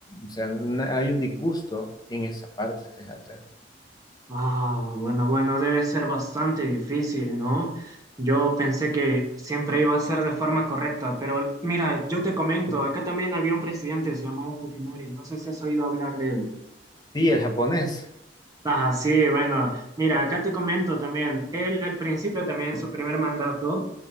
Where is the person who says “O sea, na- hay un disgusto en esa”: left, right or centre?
Left